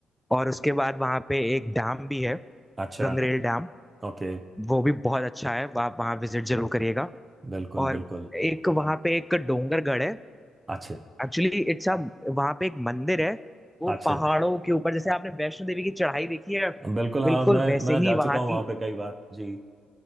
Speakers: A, in the centre; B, on the right.
A: और उसके बाद वहां पे एक डैम भी है
B: अच्छा
A: गंगरेल डैम
B: ओके
A: वो भी बहुत अच्छा है आप वहां विजिट जरूर करिएगा
B: बिल्कुल
A: और
B: बिल्कुल
A: एक वहां पे एक डोंगरगढ़ है
B: अच्छा
A: एक्चुअली इट्स अ वहां पे एक मंदिर है वो
B: अच्छा
A: पहाड़ों के ऊपर जैसे आपने वैष्णो देवी की चढ़ाई देखी है
B: बिल्कुल हाँ
A: बिल्कुल
B: मैं
A: वैसे
B: मैं जा
A: ही
B: चुका
A: वहां
B: हूँ वहाँ
A: की
B: पे कई बार जी